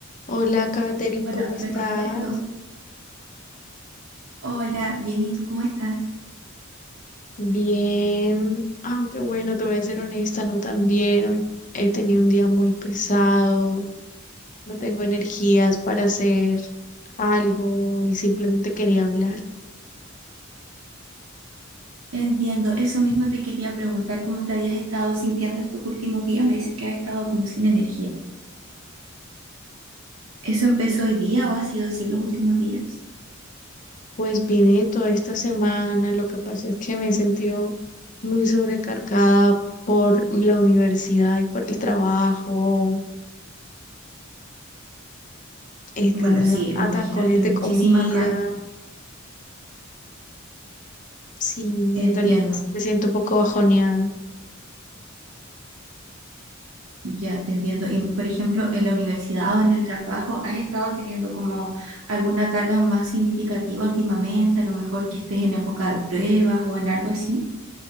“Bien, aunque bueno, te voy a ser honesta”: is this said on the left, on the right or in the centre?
Left